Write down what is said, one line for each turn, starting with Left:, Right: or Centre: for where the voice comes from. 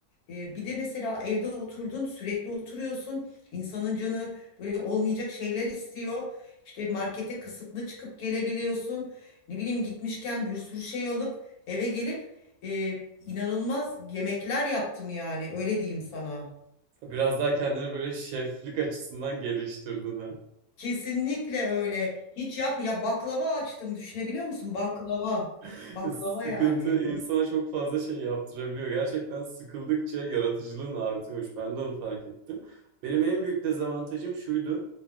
Left: Ee, bir de mesela evde oturdun sürekli oturuyorsun. İnsanın canı böyle olmayacak şeyler istiyor. İşte markete kısıtlı çıkıp gelebiliyorsun. Ne bileyim gitmişken bir sürü şey alıp eve gelip e, inanılmaz yemekler yaptım yani öyle diyeyim sana.
Right: Biraz daha kendini böyle şeflik açısından geliştirdin ha.
Left: Kesinlikle öyle. Hiç yapma. Ya baklava açtım düşünebiliyor musun? Baklava.
Right: <laughs>
Left: Baklava
Right: Sıkıntı
Left: yani.
Right: insana çok fazla şey yaptırabiliyor. Gerçekten sıkıldıkça yaratıcılığın artıyormuş. Ben de onu fark ettim. Benim en büyük dezavantajım şuydu.